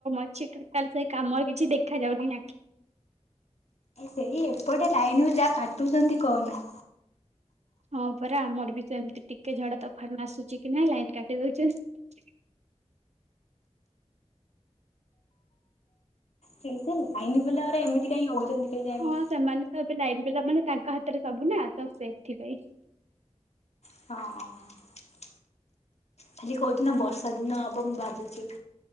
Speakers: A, on the right; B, on the left.
A: ଅଛିଟାଲ କାମ କିଛି ଦେଖ ଯାଉନି।
B: ସେଇ ଏପଟେ ଲାଇନ ଯାହା କାଟୁଛନ୍ତି କହନା
A: ହଁ ପରା ଆମର ବି ତ ଏମତି ଟିକେ ଝଡା ତଫାନ ଆସୁଛି କି ନାଇଁ ଲାଇନ୍ କାଟି ଦଉଛନ୍ତି।
B: ସେ ସେ ଲାଇନ ବରେ ଏମିତି କାଇହିଁ ହଉଛନ୍ତି। କେଜାଣି।
A: ହଁ ସେମାନେ ତ ଏବେ ଯାଇ ପିଲାମାନେ ତାଙ୍କ ହାତରେ ସବୁ ନା ତ ସେ ସେଥିପାଇଁ
B: ହଁ ଖାଲି କହୁଛି ନା ବର୍ଷା ଦିନ ହବ ମୁଁ ଭାବୁଛି